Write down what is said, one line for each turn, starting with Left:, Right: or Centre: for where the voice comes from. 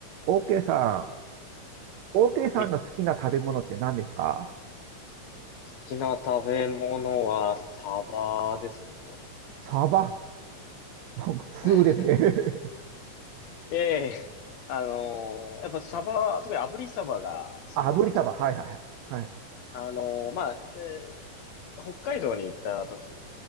Right: OK さん、OK さんの好きな食べ物って何ですか
Left: はい。好きな食べ物はサバですね。
Right: サバ。<laughs> なんか通ですね。
Left: <laughs> ええ、あのーやっぱサバ、特に炙りサバがすごい好きで、
Right: <laughs> あ、炙りサバ。はいはいはい。
Left: あのーまあ、えー北海道に行った時に、